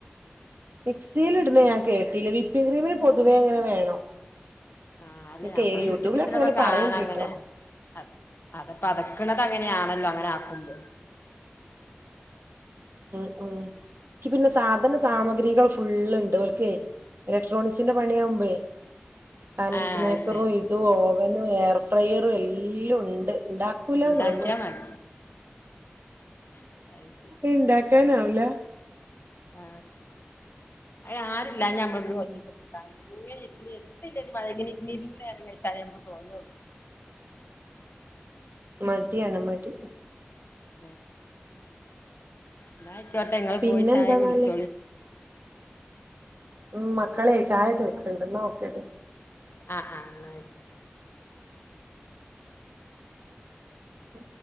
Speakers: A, on the right; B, on the left.
A: മിക്സീല് ഇടുന്ന ഞാൻ കേട്ടീല വിപ്പിംഗിം ക്രീമിന് പൊതുവേ അങ്ങനെ വേണം
B: ആഹ് അല്ലെ
A: ഒക്കെ
B: നമ്മള്
A: യൂട്യൂബിലൊക്കെ
B: യൂട്യൂബില് ഇതിലൊക്കെ
A: അങ്ങനെ
B: കാണാം
A: പറയണ്ട്ട്ടോ
B: ഇങ്ങനെ അത് അതി പതക്ക്ണത് അങ്ങനെയാണല്ലോ അങ്ങനെ ആക്കുമ്പോ
A: ഉം ഉം എക്ക് പിന്നെ സാധന സാമഗ്രികൾ ഫുള്ള് ഇണ്ട് ഓൽക്കേ എലക് എലക്ട്രോണിസിന്റെ പണിയാവുമ്പഴേ സാൻവിച്ച്
B: ആഹ്
A: മേക്കറോ
B: അത് ശരി
A: ഇത് ഓവനും എയർ ഫ്രയറും എല്ലാം ഉണ്ട് ഉണ്ടാക്കൂലന്നുള്ളൂ
B: ഉണ്ടാക്കിയാ മതി അത്
A: ഇണ്ടാക്കാനാവുല
B: ആ അയ് ആരും ഇല്ലാഞ്ഞാ നമ്മൾക്ക്
A: ഉം
B: <unintelligible> ഇങ്ങനെ ഇരുന്ന് എത്തില്ല ഇനി വയകിന് നിന്നെറങ്ങച്ചാങ്ങലെ നമ്മക്ക് തോന്നോള്ളു
A: മടിയാണ് മടി
B: ആ എന്നാ ആയിക്കോട്ടെ ഇങ്ങള്
A: പിന്നെ
B: പോയി ചായ
A: എന്താന്നാല്
B: കുടിച്ചോളി
A: ഉം മക്കളേ ചായ ചോയ്ക്ക്ണ്ട് ന്നാ ഓക്കെ
B: ആഹ് ആഹ് ആയിക്കോട്ടെ
A: ഉം